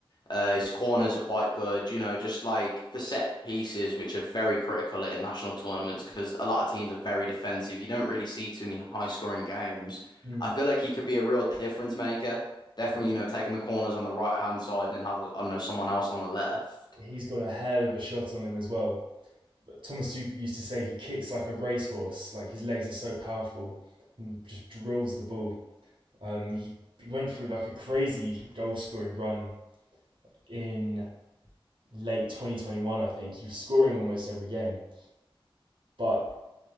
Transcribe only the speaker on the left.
Uh, his corners are quite good, you know, just like for set pieces, which are very critical at international tournaments because a lot of teams are very defensive. You don't really see too many high scoring games.
I feel like he could be a real difference maker. Definitely, you know, taking the corners on the right hand side and then have, I don't know, someone else on the left.